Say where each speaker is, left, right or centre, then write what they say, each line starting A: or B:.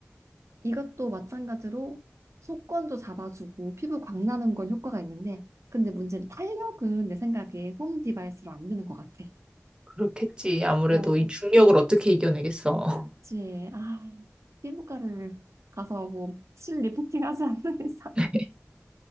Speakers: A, on the right; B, on the right.
A: 이것도 마찬가지로 속건도 잡아주고 피부 광나는 건 효과가 있는데 근데 문제는 탄력은 내 생각에 홈 디바이스로 안 되는 것 같아.
B: 그렇겠지. 아무래도
A: 어,
B: 이 중력을 어떻게 이겨내겠어.
A: 그치. 아, 피부과를 가서 뭐 실 리프팅 하지 않는 이상.
B: <laughs>